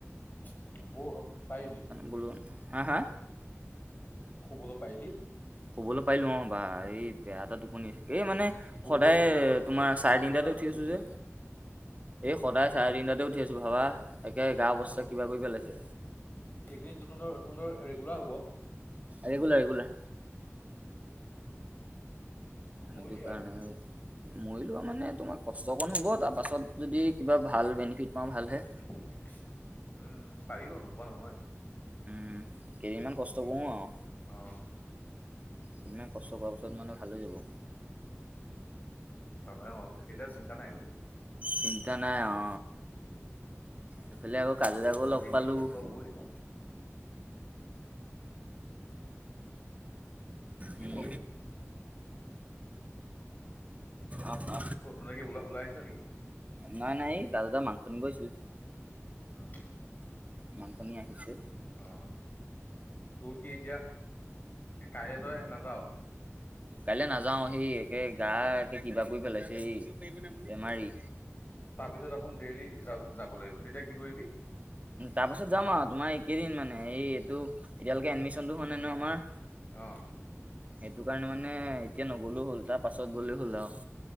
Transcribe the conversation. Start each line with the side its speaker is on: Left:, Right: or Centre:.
Left: শু'ব পাৰিলি?
Right: বুলো, হা হা?
Left: শু'বলৈ পাৰিলি?
Right: শুবলৈ পাৰিলো অ', বা এই বেয়া এটা টোপনি আহিছি। এই মানে, সদায়
Left: বৰষুণডাল দেখোন
Right: তোমাৰ
Left: কি
Right: চাৰে
Left: কাৰেণ্টডাল
Right: তিনিটাতে
Left: দেখোন
Right: উঠি আছো
Left: গুচি
Right: যে।
Left: গৈছিলে
Right: এই সদায় চাৰে তিনিটাতে উঠি আছো ভাবা। একে গা অৱস্থা
Left: অ
Right: কিবা কৰি পেলাইছে।
Left: এইকেইদিন তহঁতৰ তহঁতৰ ৰেগুলাৰ হ'ব
Right: ৰেগুলাৰ, ৰেগুলাৰ। সেইটো
Left: মৰিলি
Right: কাৰণে
Left: আৰু
Right: এই। মৰিলো আৰু মানে তোমাৰ কষ্ট অকণ হ'ব, তাৰ পাছত যদি কিবা ভাল বেনিফিট পাওঁ ভালহে।
Left: উম, পাৰি বাৰু নোপোৱা নহয়।
Right: উম, কেইদিনমান কষ্ট কৰো আৰু।
Left: অ,
Right: কেদিনমান কষ্ট কৰা পাছত মানে ভাল হৈ যাব।
Left: উম, অ, তেতিয়া চিন্তা নাই আৰু।
Right: চিন্তা নাই অ, এইফালে আকৌ কাজু দাকো
Left: দুদিনমান
Right: লগ পালোঁ।
Left: কষ্ট হ'বই কি
Right: উম,
Left: কি
Right: অহ
Left: ক, তেনেকে কি ওলাই আহিছা নেকি?
Right: নাই নাই এই দাদু দা মাংস নিব আহিছিল।
Left: উম,
Right: মাংস নি আহিছে।
Left: অ, তোৰ কি এতিয়া কাইলে তই নাযাওঁ।
Right: কাইলৈ নাযাও হি একে গা একে কিবা কৰি পেলাইছে এই বেমাৰী।
Left: তাৰ পিছত দেখোন ডেইলি যা যাব লাগিব, তেতিয়া কি কৰিবি?
Right: তাৰ পাছত যাম আৰু তোমাৰ এই কেইদিন মানে এই এইটো এতিয়ালৈকে এডমিশনটো হোৱা নাই ন আমাৰ
Left: অঁ।
Right: সেইটো কাৰণে মানে এতিয়া নগলেও হ'ল তাৰ পাছত গ'লে হ'ল আৰু।